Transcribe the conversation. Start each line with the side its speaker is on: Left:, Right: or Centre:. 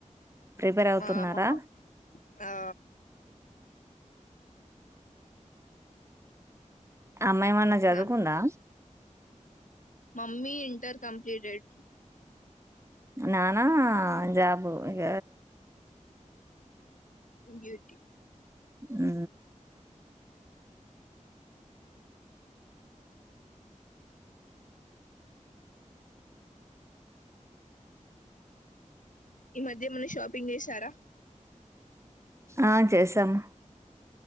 Right: ప్రిపేర్ అవుతున్నారా
Left: మా అమ్మమ్మ ఆ
Right: అమ్మాయేమన్నా జదువుకుందా
Left: ఫ్యామిలీ మమ్మీ ఇంటర్ కంప్లీటెడ్
Right: నాన జాబు ఇగ
Left: ఇంగెటి
Right: ఆ
Left: ఈ మధ్యేమన షాపింగ్ జేసారా
Right: ఆ చేసాము